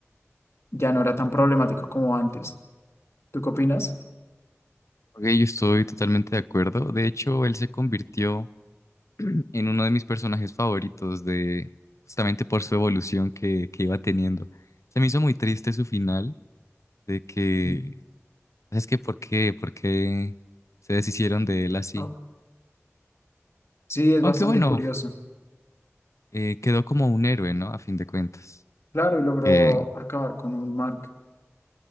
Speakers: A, on the left (about 65°); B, on the left (about 80°).
A: ya no era tan problemático como antes. ¿Tú qué opinas?
B: Ok, yo estoy totalmente de acuerdo. De hecho, él se convirtió <clears throat> en uno de mis personajes favoritos de justamente por su evolución que, que iba teniendo. Se me hizo muy triste su final de que,
A: Mm.
B: ¿sabes qué? ¿Por qué? ¿Por qué se deshicieron de él así?
A: Ah, Sí, es
B: Aunque
A: bastante
B: bueno,
A: curioso.
B: eh, quedó como un héroe, ¿no? A fin de cuentas,
A: Claro, y logró
B: que
A: acabar con un Mark.